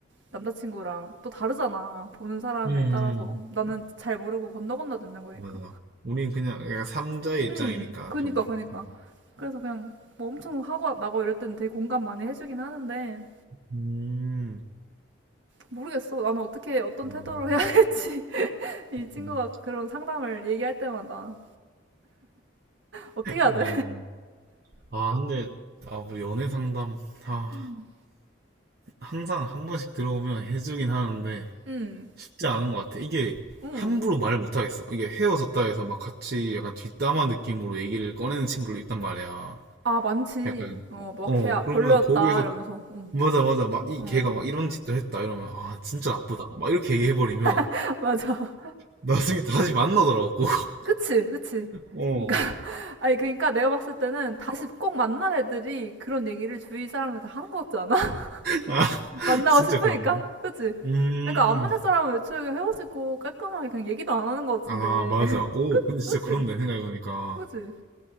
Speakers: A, on the right; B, on the right.
A: 남자친구랑 또 다르잖아 보는 사람에
B: 음,
A: 따라서 나는 잘 모르고 건너 건너 듣는 거니까
B: 맞아. 우린 그냥 약간 삼자의 입장이니까
A: 음 그니까
B: 좀.
A: 그니까
B: 음.
A: 그래서 그냥 뭐 엄청 하고 나고 이럴 때는 되게 공감 많이 해주긴 하는데
B: 음,
A: 모르겠어. 나는 어떻게 어떤
B: 음.
A: 태도로 해야 할지 <laughs> 이 친구가
B: 음.
A: 그런 상담을 얘기할 때마다 어떻게 해야
B: 아이고.
A: 돼?
B: 아, 근데, 아, 우리 연애 상담, 아,
A: 음.
B: 항상 한 번씩 들어오면 해주긴 하는데,
A: 응,
B: 쉽지 않은 것 같아. 이게,
A: 응.
B: 함부로 말 못하겠어. 이게 헤어졌다 해서 막 같이 약간 뒷담화 느낌으로 얘기를 꺼내는 친구를 있단 말이야.
A: 아 많지.
B: 약간,
A: 어, 뭐
B: 어,
A: 막 걔야
B: 그러면
A: 별로였다
B: 거기서
A: 이러면서. 응,
B: 맞아, 맞아. 막, 이,
A: 어,
B: 걔가 막 이런 짓도 했다. 이러면, 아, 진짜 나쁘다. 막 이렇게 얘기해버리면,
A: <laughs> 맞아.
B: 나중에 다시 만나더라고. <laughs>
A: 그치, 그치.
B: 어.
A: 그러니까 <laughs> 아니 그러니까 내가 봤을 때는 다시 꼭 만난 애들이 그런 얘기를 주위 사람한테 하는 것 같지 않아? <laughs>
B: 아, <laughs>
A: 만나고
B: 진짜
A: 싶으니까,
B: 그런가?
A: 그치?
B: 음,
A: 그러니까 안 만날 사람은 애초에 그냥 헤어지고 깔끔하게 그냥 얘기도 안 하는 것 같은데.
B: 아, 맞아. 오,
A: <laughs> 그치,
B: 근데 진짜
A: 그치,
B: 그런데, 생각해보니까.
A: 그치.